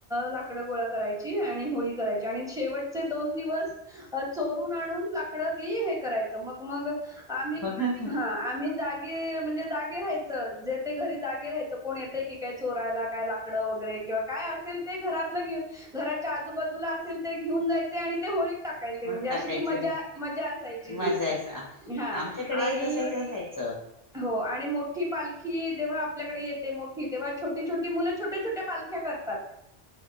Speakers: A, in the centre; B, on the left.
A: लाकड गोळा करायची, आणि होळी करायची, शेवटचे दोन दिवस अं चोरून आणून ला तीकड ती हे करायचं. मग मग आम्ही
B: ह. ह.
A: हा आम्ही जागे, म्हणजे जागे राहायचं, जे ते घरी जागे राहायचं. कोण येतय की काय चोरायला काय लाकडं वगैरे, किंवा काय असेल ते, घरातलं घेऊ घराच्या आजूबाजूला असेल तर घेऊन जायचे, आणि ते होळी टाकायचे.
B: मग
A: म्हणजे
B: टाकायचे
A: अशी ती मजा,
B: मग
A: मजा असायची
B: मजायचा
A: ती. हा.
B: आमच्याकडेही
A: आणि
B: तसच असायचं
A: हो आणि मोठी पालखी जेव्हा आपल्याकडे येते. मोठी तेव्हा छोटी छोटी मुलं, छोट्या छोट्या पालख्या कर तात.